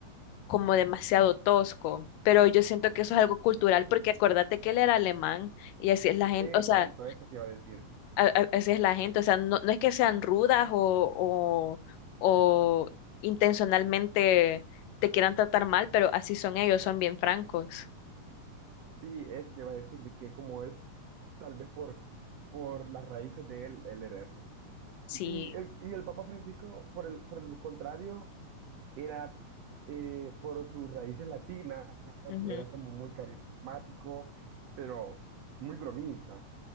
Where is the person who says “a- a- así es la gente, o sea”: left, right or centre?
Left